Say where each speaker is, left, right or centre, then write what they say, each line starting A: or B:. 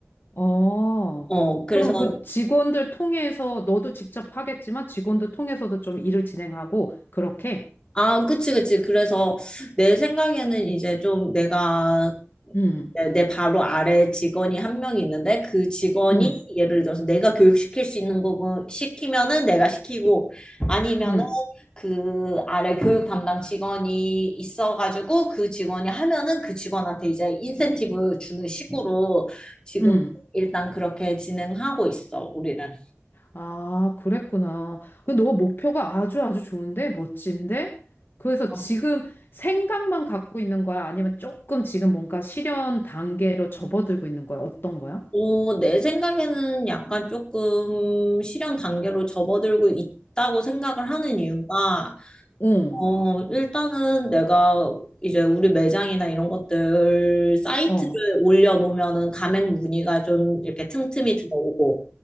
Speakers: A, on the left; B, on the left.
A: 어,
B: 어 그래서
A: 그럼 그 직원들 통해서 너도 직접 하겠지만 직원들 통해서도 좀 일을 진행하고 그렇게?
B: 아 그치 그치 그래서 내 생각에는 이제 좀 내가
A: 응,
B: 내, 내 바로 아래 직원이 한 명이 있는데 그 직원이
A: 응,
B: 예를 들어서 내가 교육시킬 수 있는 부분 시키면은 내가 시키고 아니면은
A: 응,
B: 그 아래 교육 담당 직원이 있어가지고 그 직원이 하면은 그 직원한테 이제 인센티브 주는 식으로 지금
A: 응.
B: 일단 그렇게 진행하고 있어, 우리는.
A: 아, 그랬구나. 근데 너 목표가 아주 아주 좋은데? 멋진데? 그래서
B: 어,
A: 지금 생각만 갖고 있는 거야? 아니면 조금 지금 뭔가 실현 단계로 접어들고 있는 거야? 어떤 거야?
B: 어, 내 생각에는 약간 조금 실현 단계로 접어들고 있다고 생각을 하는 이유가
A: 응,
B: 어, 일단은 내가 이제 우리 매장이나 이런 것들 사이트를
A: 어.
B: 올려놓으면은 가맹 문의가 좀 이렇게 틈틈이 들어오고.